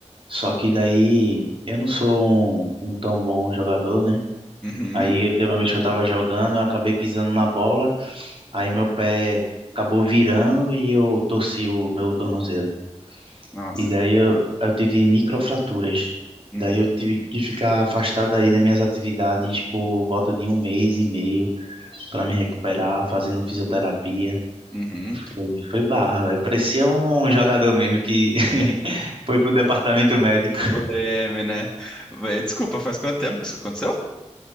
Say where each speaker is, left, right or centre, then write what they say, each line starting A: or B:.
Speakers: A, on the right; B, in the centre.
A: só que daí eu não sou um um tão bom jogador, né?
B: Uhum.
A: Aí teve uma vez que eu tava jogando, eu acabei pisando na bola, aí meu pé acabou virando e eu torci o meu tornozelo.
B: Nossa.
A: E daí eu, eu tive microfraturas.
B: Uhum.
A: Daí eu tive que ficar afastado aí das minhas atividades por volta de um mês e meio para me recuperar, fazendo fisioterapia.
B: Uhum.
A: Foi, foi barra, velho. Parecia um jogador mesmo que <laughs> foi pro departamento médico.
B: O DM, né? Vé, Desculpa, faz quanto tempo que isso aconteceu?